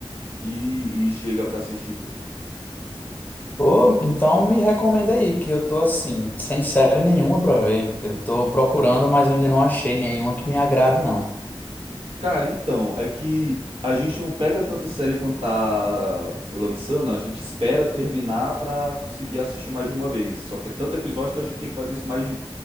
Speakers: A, on the right; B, on the left.
A: e, e chega pra assistir, pô.
B: Ô, então me recomenda aí, que eu tô assim, sem série nenhuma pra ver. Eu tô procurando, mas eu ainda não achei nenhuma que me agrade, não.
A: Cara, então, é que a gente não pega tanto sério quanto tá lançando, a gente espera terminar pra conseguir assistir mais de uma vez. Só que é tanto episódio que a gente tem que fazer isso mais de,